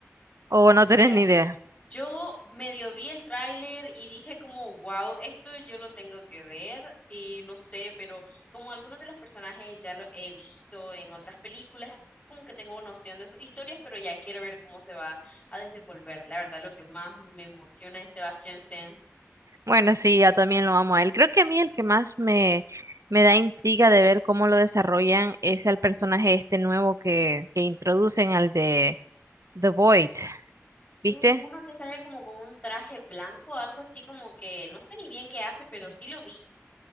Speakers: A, on the right; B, on the left.
A: ¿O
B: Pues
A: no tenés
B: mira,
A: ni idea?
B: Yo medio vi el tráiler y dije como, wow, esto yo lo tengo que ver y no sé, pero como algunos de los personajes ya lo he visto en otras películas, entonces como que tengo noción de sus historias, pero ya quiero ver cómo se va a desenvolver. La verdad, lo que más me emociona es Sebastian Stan.
A: Bueno, sí, yo también lo amo a él. Creo que a mí el que más me, me da intriga de ver cómo lo desarrollan es el personaje este nuevo que, que introducen al de The Void, ¿viste?
B: Un- Uno que sale como con un traje blanco, algo así como que no sé ni bien qué hace, pero sí lo vi.